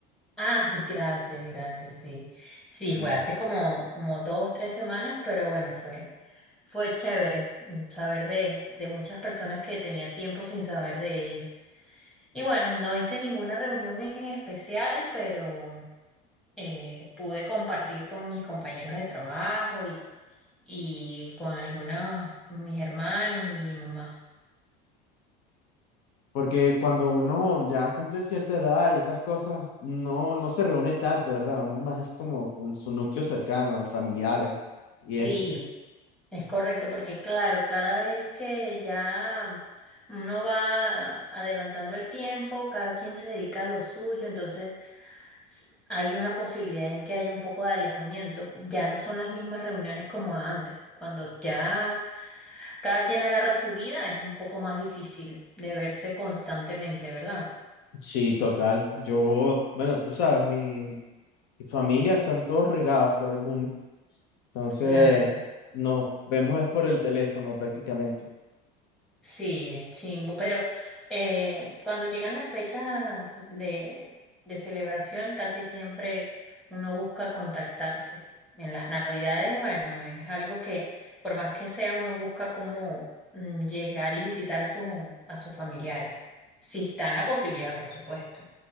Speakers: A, in the centre; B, on the left.
A: Ah, sí, gracias, gracias, sí.
B: Sí.
A: Sí, fue hace como, como dos, tres semanas, pero bueno, fue, fue chévere mm, saber de, de muchas personas que tenía tiempo sin saber de ellos. Y bueno, no hice ninguna reunión en especial, pero eh, pude compartir con mis compañeros de trabajo y, y con algunos, mis hermanos y mi mamá.
B: Porque cuando uno ya cumple cierta edad y esas cosas, no, no se reúne tanto, ¿verdad? Uno más es como con su núcleo cercano, familiares y
A: Sí.
B: eso.
A: Es correcto, porque claro, cada vez que ya uno va adelantando el tiempo, cada quien se dedica a lo suyo, entonces s- hay una posibilidad en que haya un poco de alejamiento. Ya no son las mismas reuniones como antes. Cuando ya cada quien agarra su vida, es un poco más difícil de verse constantemente, ¿verdad?
B: Sí, total. Yo, bueno, tú sabes, mi, y familia están todos regados por el mundo. Entonces,
A: Claro.
B: nos vemos es por el teléfono prácticamente.
A: Sí, es chimbo, pero eh, cuando llegan las fechas de, de celebración, casi siempre uno busca contactarse. En las Navidades, bueno, es algo que, por más que sea, uno busca cómo mm, llegar y visitar a sus, a sus familiares. Si está en la posibilidad, por supuesto.